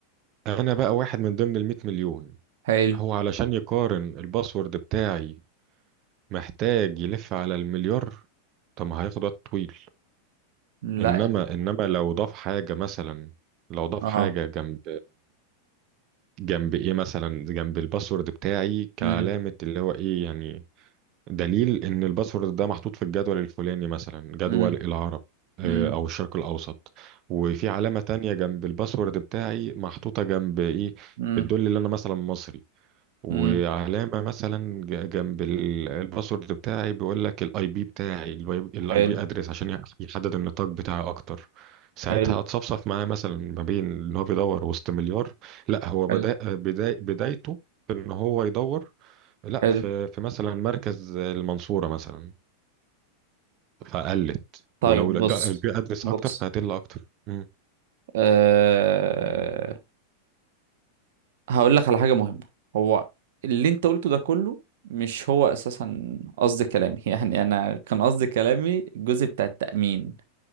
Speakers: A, on the right; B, on the right.
A: انا بقى واحد من ضمن ال 100 مليون
B: حلو
A: هو علشان يقارن الباسورد بتاعي محتاج يلف على المليار طب ما هياخد وقت طويل
B: لا
A: انما
B: انت
A: انما لو ضاف حاجة مثلا لو ضاف
B: اه
A: حاجة جنب جنب ايه مثلا جنب الباسورد بتاعي كعلامة
B: امم
A: اللي هو ايه يعني دليل ان الباسورد ده محطوط في الجدول الفلاني مثلا جدول
B: امم
A: العرب آه،
B: امم
A: او الشرق الاوسط وفي علامة تانية جنب الباسورد بتاعي محطوطة جنب ايه
B: امم
A: بتدل ان انا مثلا مصري وعلامة
B: امم
A: مثلا ج- جنب ال- الباسورد بتاعي بيقول لك الاي بي بتاعي الاي
B: حلو
A: بي ادرس عشان يح- يحدد النطاق بتاعي اكتر ساعتها
B: حلو
A: هتصفصف معاه مثلا ما بين ان هو بيدور وسط مليار لا هو
B: حلو
A: بدأ بدا بدايته في ان هو يدور لا
B: حلو
A: في في مثلا مركز المنصورة مثلا فقلت
B: طيب
A: ولو الد-
B: بص
A: البيئة أدرس
B: بص
A: أكتر فهتقل أكتر مم.
B: أه... هقول لك على حاجة مهمة هو اللي انت قلته ده كله مش هو اساسا قصد كلامي <laughs> يعني انا كان قصد كلامي الجزء بتاع التأمين